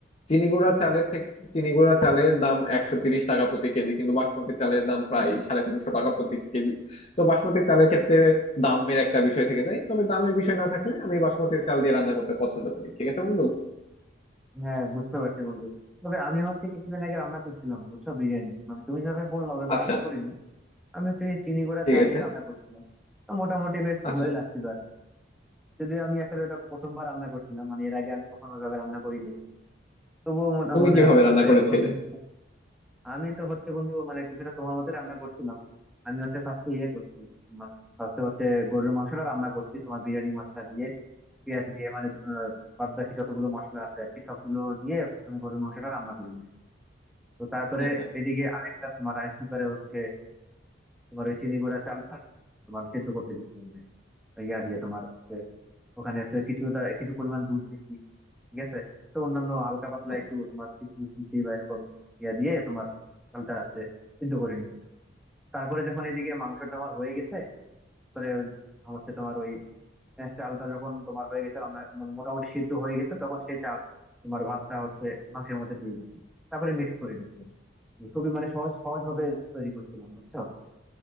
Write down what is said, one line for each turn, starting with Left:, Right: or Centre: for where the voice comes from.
Left: চিনি গুঁড়া
Centre: হ্যাঁ
Left: চালের থেকে চিনি গুঁড়া চালের দাম একশো তিরিশ টাকা প্রতি কেজি কিন্তু বাসমতি চালের দাম প্রায় সাড়ে তিনশো টাকা প্রতি কেজি তো বাসমতি চালের ক্ষেত্রে দামের একটা বিষয় থেকে যায় তবে দামের বিষয় না থাকলে আমি বাসমতি চাল দিয়ে রান্না করতে পছন্দ করি ঠিক আছে বন্ধু
Centre: হ্যাঁ, বুঝতে পারছি বন্ধু তবে আমি হচ্ছে কিছুদিন আগে রান্না করছিলাম বুঝছো বিরিয়ানি মানে তুমি যেভাবে বললা ওভাবে
Left: আচ্ছা
Centre: রান্না করিনি আমি হচ্ছে যে চিনি গুঁড়া
Left: ঠিক
Centre: চাল
Left: আছে
Centre: দিয়ে রান্না করছিলাম তো মোটামুটি বেশ
Left: আচ্ছা
Centre: ভালোই লাগছিল যদিও আমি আসলে ওটা প্রথমবার রান্না করছিলাম মানে এর আগে আমি কখনো ওইভাবে রান্না করি নাই তবুও মনে
Left: তুমি
Centre: মানে
Left: কিভাবে রান্না
Centre: আহ,
Left: করেছিলে
Centre: খুবই <laughs> আমি তো হচ্ছে বন্ধু মানে কিছুটা তোমার মতো রান্না করছিলাম আমি হচ্ছে ফার্স্টে ইয়ে করছি মানে ফার্স্টে হচ্ছে গরুর মাংসটা রান্না করছি তোমার বিরিয়ানি মশলা দিয়ে পেঁয়াজ দিয়ে মানে আহ, বাদ বাকি যতগুলো মশলা আছে আর কি সবগুলো দিয়ে প্রথমে গরুর মাংসটা রান্না করে নিছি তো তারপরে
Left: আচ্ছা
Centre: এদিকে আরেকটা তোমার রাইস কুকারে হচ্ছে তোমার ওই চিনি গুঁড়া চালটা তোমার সেদ্ধ করতে দিচ্ছি মানে ইয়া দিয়ে তোমার হচ্ছে ওখানে হচ্ছে কিছুটা কিছু পরিমাণ দুধ দিছি ঠিক আছে তো অন্যান্য হালকা পাতলা
Left: আচ্ছা
Centre: একটু তোমার কিশমিশ দিছি বা এরকম ইয়া দিয়ে তোমার ডালটা হচ্ছে সিদ্ধ করে নিছি তারপরে যখন এদিকে মাংসটা আমার হয়ে গেছে পরে ওই- হচ্ছে তোমার ওই আহ, চালটা যখন তোমার হয়ে গেছে রান্না মানে মোটামুটি সিদ্ধ হয়ে গেছে তখন সেই চাল তোমার ভাতটা হচ্ছে মাংসের মধ্যে দিয়ে দিছি তারপরে মিক্স করে দিছি এই খুবই মানে সহজ সহজ ভাবে তৈরি করছিলাম বুঝছো